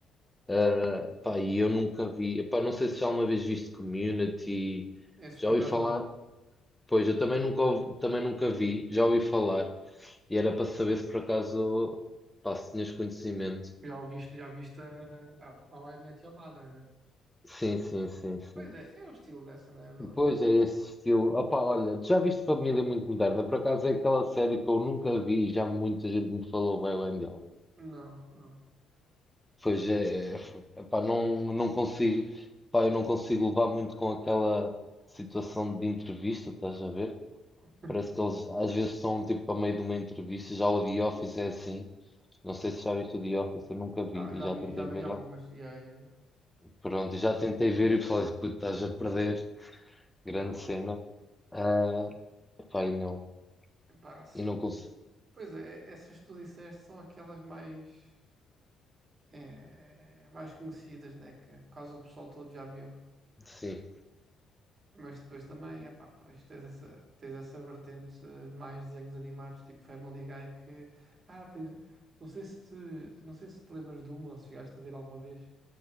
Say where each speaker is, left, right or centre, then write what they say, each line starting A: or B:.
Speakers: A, in the centre; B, on the right.
A: Ah,
B: Pois,
A: pá, e eu nunca vi. Epá, não sei se já uma vez viste Community.
B: esse
A: Já
B: por acaso
A: ouvi falar.
B: não.
A: Pois, eu também nunca, ouvi- também nunca vi. Já ouvi falar. E era para saber se por acaso, pá, se tinhas conhecimento.
B: Já ouviste, já viste a, a, a I Met Your Mother, né?
A: Sim, sim, sim, sim.
B: Pois é, é o estilo dessa, né? Do...
A: Pois é esse estilo. Opá, olha, tu já viste Família Muito Moderna? Por acaso é aquela série que eu nunca vi e já muita gente me falou bem, bem dela.
B: Não, não.
A: Pois é, é, epá, não, não consigo, pá, eu não consigo levar muito com aquela situação de entrevista, estás a ver?
B: <laughs>
A: Parece que eles às vezes estão tipo a meio de uma entrevista. Já o The Office é assim. Não sei se já viste o The Office, eu nunca vi
B: Ah, já
A: e já
B: vi,
A: tentei
B: já vi
A: ver.
B: algumas.
A: ah,
B: Yeah, yeah, yeah.
A: Pronto, já tentei ver e falei, assim, puto, estás a perder. Grande cena. Ah, pá, e não.
B: Epá, se-
A: E não consigo
B: Pois é, é, essas que tu disseste são aquelas mais, eh, mais conhecidas, né? Que quase o pessoal todo já viu.
A: Sim.
B: Mas depois também, epá, pois tens essa, tens essa vertente eh, mais desenhos animados, tipo Family Guy, que... Ah, tens... Não sei se te, não sei se te lembras de uma, ou se chegaste a ver alguma vez,